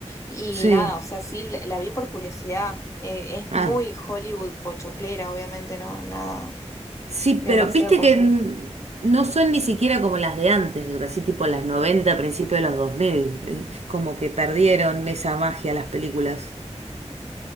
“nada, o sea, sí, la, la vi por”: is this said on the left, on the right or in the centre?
Left